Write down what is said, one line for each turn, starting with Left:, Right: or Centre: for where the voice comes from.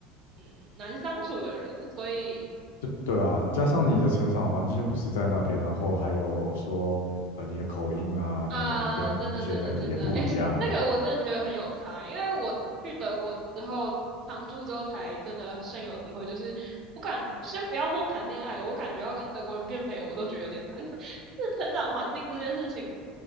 Right: 嗯难相处的人，所以
Left: 对对啊，加上你的成长环境就不是在那边，然后还有说呃你的口音啊，
Right: 啊、
Left: 可能跟一些人也不一样。
Right: 真的，真的，真的，哎、那个我真的觉得很有差，因为我去德国之后常住之后，才真的深有体会。就是我感觉，先不要说谈恋爱了，我感觉要跟德国人变朋友，我都觉得有点难。<laughs> 就是成长环境这件事情，